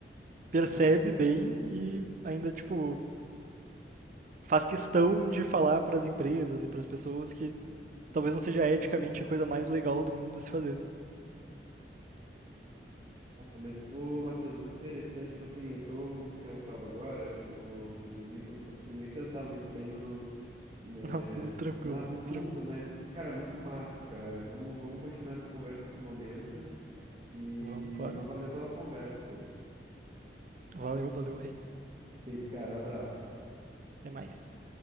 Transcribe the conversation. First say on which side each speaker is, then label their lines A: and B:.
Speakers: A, on the right; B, on the right.
A: percebe bem e ainda, tipo, faz questão de falar para as empresas e para as pessoas que talvez não seja eticamente a coisa mais legal do mundo a se fazer.
B: Ah, Mas, ô, Matheus, muito interessante. Tipo assim, eu tô um pouco cansado agora, acho que eu vou, vou dormir, então não tô conseguindo nem pensar muito bem no, né,
A: <laughs> Não, tudo tranquilo,
B: no assunto,
A: tudo tranquilo.
B: mas, cara, muito massa, cara. Vamos, vamos continuar essa conversa em outro momento. E,
A: Vamos, claro.
B: mas valeu pela conversa, pô.
A: Valeu, valeu, rei.
B: Feito, cara. Abraço.
A: Até mais.